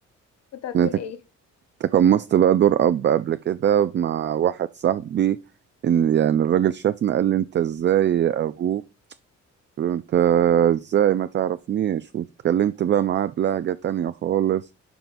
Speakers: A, on the left (about 55°); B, on the right (about 40°).
A: كنت هتقول
B: انا تك-
A: ايه
B: تقمصت بقى دور اب قبل كده مع واحد صاحبي ان يعني الراجل شافنا قال لي انت ازاي يا ابوه قلت له انت ازاي ما تعرفنيش واتكلمت بقى معاه بلهجة تانية خالص